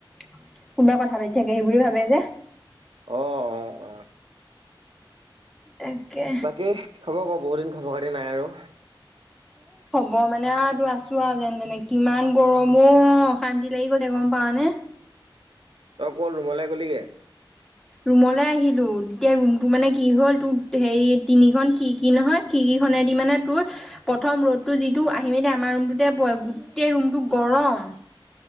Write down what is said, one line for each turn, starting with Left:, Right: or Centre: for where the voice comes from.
Centre: কোনোবাই কথা পাতি থাকে সেইবোৰে ভাবে যে
Right: আহ অ অ
Centre: তাকে
Right: বাকী খবৰ কব বহুত দিন খবৰ খাতি নাই আৰু
Centre: বৰ মানে আৰু তো আছো আৰু যেন তেনে কিমান গৰমো অশান্তি লাগি গৈছে গম পাৱ নে
Right: তই ক'ত ৰুমলৈ ক'লিগৈ
Centre: ৰুমলে আহিলো তেতিয়া ৰুমটো মানে কি হ'ল তোৰ হেৰি তিনিখনন খিৰকি নহয় খ কি খনে দি মানে তোৰ প্ৰথম ৰ'দতটো যিটো আহি মে আমাৰ ৰুমটোতে প গোটেই ৰুমটো গৰম বা